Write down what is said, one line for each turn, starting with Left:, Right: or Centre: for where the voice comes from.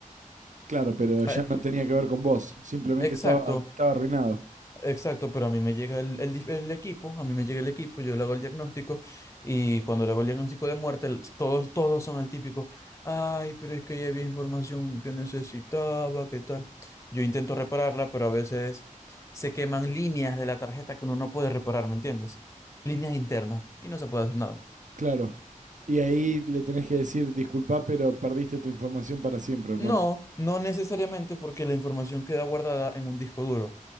Right: Claro, pero ya
Left: Eh,
Right: no tenía que ver con vos, simplemente
Left: exacto.
Right: estaba, estaba arruinado.
Left: Exacto, pero a mí me llega el, el, dif- el equipo, a mí me llega el equipo, yo le hago el diagnóstico y cuando le hago el diagnóstico de muerte, el- todos, todos son el típico, ay, pero es que ya había información que necesitaba, ¿qué tal? Yo intento repararla, pero a veces se queman líneas de la tarjeta que uno no puede reparar, ¿me entiendes? Líneas internas y no se puede hacer nada.
Right: Claro. Y ahí le tenés que decir, disculpa, pero perdiste tu información para siempre, hermano.
Left: No, no necesariamente porque la información queda guardada en un disco duro